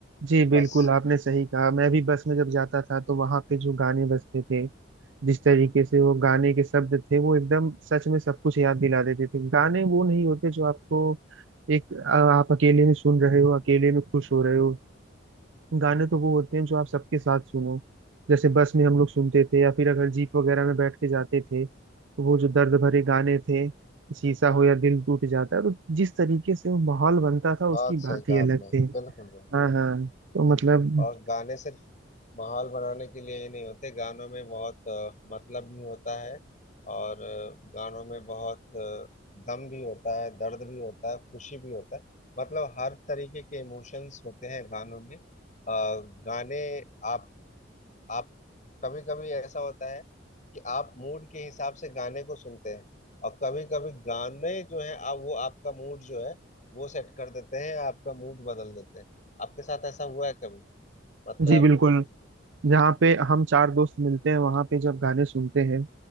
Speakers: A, on the right (about 75°); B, on the left (about 40°).
A: जी बिल्कुल
B: बस
A: आपने सही कहा मैं भी बस में जब जाता था तो वहां पे जो गाने बजते थे जिस तरीके से वो गाने के शब्द थे वो एकदम सच में सब कुछ याद दिला देते थे गाने वो नहीं होते जो आपको एक अ, आप अकेले में सुन रहे हो अकेले में खुश हो रहे हो गाने तो वो होते हैं जो आप सबके साथ सुनो जैसे बस में हम लोग सुनते थे या फिर अगर जीप वगैरह में बैठ के जाते थे तो वो जो दर्द भरे गाने थे शीशा हो या दिल टूट जाता है तो जिस तरीके से वो माहौल बनता था उसकी
B: बहुत सही
A: बात
B: कहा
A: ही अलग
B: आपने
A: थी
B: बिल्कुल बिल्कुल
A: हाँ हाँ तो
B: बिल्कुल
A: मतलब
B: और गाने सिर्फ माहौल बनाने के लिए ही नहीं होते गानों में बहुत अ, मतलब भी होता है और अ, गानों में बहुत अ, दम भी होता है दर्द भी होता है खुशी भी होता है मतलब हर तरीके के इमोशंस होते हैं गानों में अ, गाने आप आप कभी कभी ऐसा होता है कि आप मूड के हिसाब से गाने को सुनते हैं और कभी कभी गाने जो है आप वो आपका मूड जो है वो सेट कर देते हैं आपका मूड बदल देते हैं आपके साथ ऐसा हुआ है कभी मतलब
A: जी बिल्कुल जहाँ पे हम चार दोस्त मिलते हैं वहां पे जब गाने सुनते हैं